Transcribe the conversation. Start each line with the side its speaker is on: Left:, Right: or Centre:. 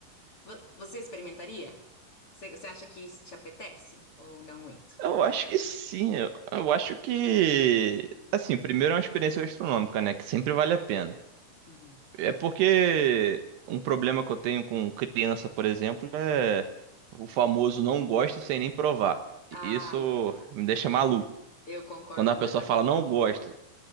Left: Vo- Você experimentaria? Você você acha que isso te apetece ou não muito?
Right: Eu acho que sim. Eu, eu acho que. Assim, primeiro é uma experiência gastronômica, né? Que sempre vale a pena.
Left: Uhum.
Right: É porque um problema que eu tenho com criança, por exemplo, é o famoso não gosto sem nem provar.
Left: Ai,
Right: Isso me deixa maluco.
Left: eu concordo
Right: Quando
Left: completamente.
Right: a pessoa fala não gosto,